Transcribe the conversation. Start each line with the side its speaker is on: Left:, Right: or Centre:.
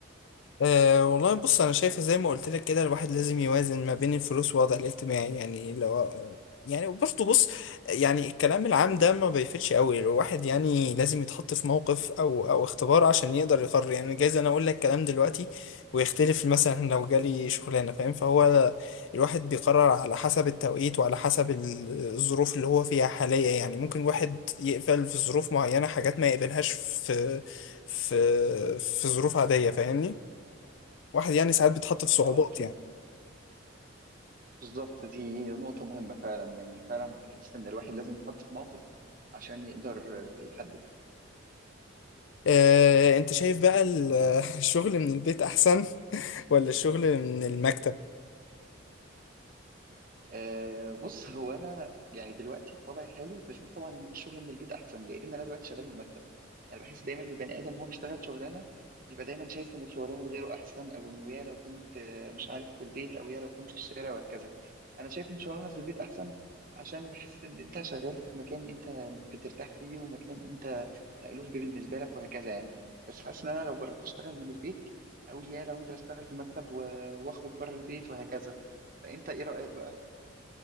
Left: أه والله بص انا شايفه زي ما قلت لك كده الواحد لازم يوازن ما بين الفلوس والوضع الاجتماعي يعني لو يعني برضه بص يعني الكلام العام ده ما بيفيدش قوي الواحد يعني لازم يتحط في موقف او او اختبار عشان يقدر يقرر يعني جايز انا اقول لك كلام دلوقتي ويختلف مثلا لو جالي شغلانه فاهم فهو الواحد بيقرر على حسب التوقيت وعلى حسب ال- الظروف اللي هو فيها حاليا يعني ممكن الواحد يقبل في ظروف معينه حاجات ما يقبلهاش في في في ظروف عاديه فاهمني واحد يعني ساعات بيتحط في صعوبات
Right: اه اكيد
Left: يعني
Right: بالظبط دي نقطه مهمه فعلا يعني فعلا انا بحس ان الواحد لازم يتحط في موقف عشان يقدر آه، يحدد
Left: آه، انت شايف بقى ال- <laughs> الشغل من البيت احسن <laughs> ولا الشغل من المكتب
Right: أه بص هو انا يعني دلوقتي في وضعي الحالي بشوف طبعا ان الشغل من البيت احسن لان انا دلوقتي شغال من المكتب انا بحس دايما البني ادم وهو بيشتغل شغلانه بيبقى دايما شايف ان شغلانه غيره احسن او انه يا لو كنت آه، مش عارف في البيت او يا لو كنت في الشارع وهكذا انا شايف ان شغلانه في البيت احسن عشان بحس ان انت شغال في مكان انت بترتاح فيه ومكان انت مألوف بالنسبه لك وهكذا يعني بس حاسس ان انا لو جربت اشتغل من البيت اقول يا لو انزل اشتغل في المكتب و- واخرج بره البيت وهكذا فانت ايه رأيك بقى